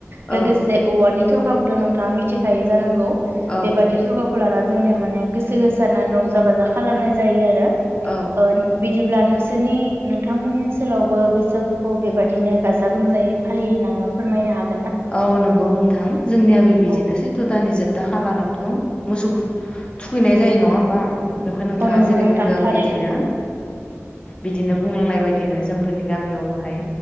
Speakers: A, on the left; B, on the right.
A: औ
B: लोगोसे औवानि थरखाखौथ नोंथाङा मिथिखायो जानांगौ।
A: औ
B: बेबादि थरखाखौ लाना जोंनिया माने गोसो होसार रं जा बाजा खालामनाय जायो आरो
A: औ
B: ओ बि बिदिब्ला नोंसोरनि नोंथांमोननि ओनसोलावबो बैसागुखौ बेबादिनो गाजा गोमजायै फालियो नामा फोरमायनो हाग
A: औ नंगौ नोंथां जोंनियाबो बिदिनो
B: औ
A: सैथ' दाननि जोब था खालारावथ मोसौखौ थुखैनाय जायो नङा होमबा। बेवहाय नोंथांआ
B: औ नंगौ
A: जेरै
B: नोंथां
A: बुंदों
B: थारैनो
A: बिदिनो बिदिनो बुंलांनाय बादिनो जोंफोरनि गामियावबोहाय